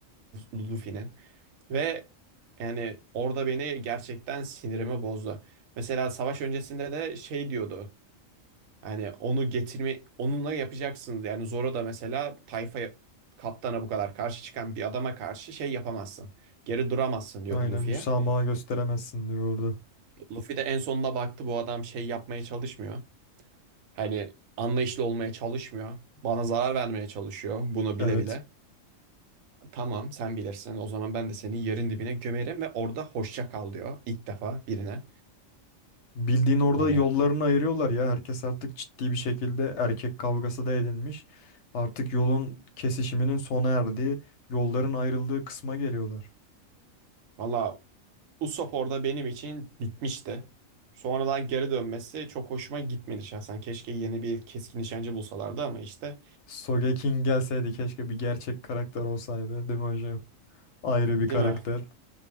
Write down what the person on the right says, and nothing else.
Luffy'nin. Ve yani orada beni gerçekten sinirimi bozdu. Mesela savaş öncesinde de şey diyordu. Hani onu getirme onunla yapacaksınız. Yani Zoro da mesela tayfa kaptana bu kadar karşı çıkan bir adama karşı şey yapamazsın. Geri duramazsın diyordu
Luffy'ye.
Luffy de en sonunda baktı bu adam şey yapmaya çalışmıyor. Hani anlayışlı olmaya çalışmıyor. Bana zarar vermeye çalışıyor bunu
bile bile. Tamam sen bilirsin. O zaman ben de seni yerin dibine gömerim ve orada hoşça kal diyor ilk defa birine.
Yani
valla Usopp orada benim için bitmişti. Sonradan geri dönmesi çok hoşuma gitmedi şahsen. Keşke yeni bir keskin nişancı bulsalardı ama işte
değil
mi?